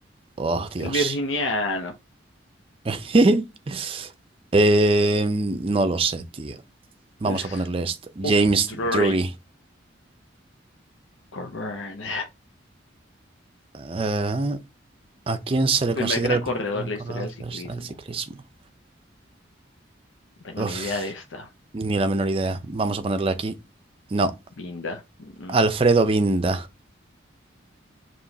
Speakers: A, on the right (about 30°); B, on the left (about 80°).
A: Oh, Dios.
B: El virginiano.
A: <laughs> Eh, no lo sé, tío. Vamos
B: Uf,
A: a ponerle este.
B: uf,
A: James
B: Drury.
A: Drury.
B: Coburn.
A: Eh, ¿a quién se
B: El
A: le
B: primer
A: considera
B: gran
A: el
B: corredor
A: primer gran
B: de
A: corredor
B: la historia del ciclismo.
A: tradicional del ciclismo?
B: No tengo ni
A: Uf,
B: idea de esta.
A: ni la menor idea. Vamos a ponerle aquí. No.
B: Binda. Mm, mm.
A: Alfredo Binda.